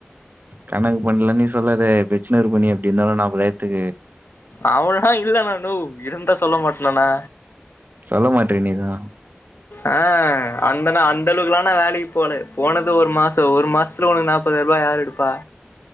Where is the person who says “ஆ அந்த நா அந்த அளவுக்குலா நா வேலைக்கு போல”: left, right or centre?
Left